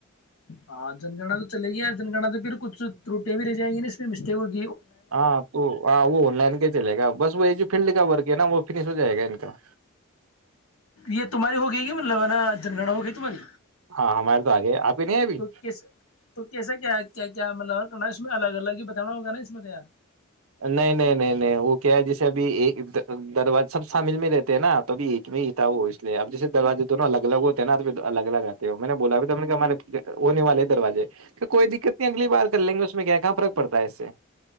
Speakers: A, on the left; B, on the right.
A: ہاں جنگنا تو چل گیا جنگنا تو پھر کچھ روٹیاں بھی رہ جائیں گی نا اس میں مسٹیک ہو
B: ہاں تو وہ آن لائن کے چلے گا بس وہ یہ جو فیلڈ کا ورگ ہے نا وہ نہیں سو جائے گا ان کا
A: یہ تمہاری ہو گئی ہے کہ مطلب نا جن گڑھ ہو گئی تمہاری
B: ہاں ہمارے تو آگے آپ کے نہیں ہے ابھی
A: تو کیس تو کیسا کیا کیا کیا مطلب کرنا اس میں الگ الگ ہی بتا جانا ہو گ نہیں اس متار
B: نہیں نہیں نہیں نہیں وہ کیا ہے جیسے ابھی ایک دروازے سب شامل میں رہتے ہیں نا تو اب ایک میں ہی تھا وہ اس لیے اب جیے دروجازے دونوں الگ الگ ہوتے ہیں نا تو الگ الگ آتے ہو میں نے بولا ت نے کہ ہمارے ہونے والے دروازے کوئی دقت نہیں اگلی بار کر لیں گے اس میں کیا کہاں فرق پڑتا ہے اس سے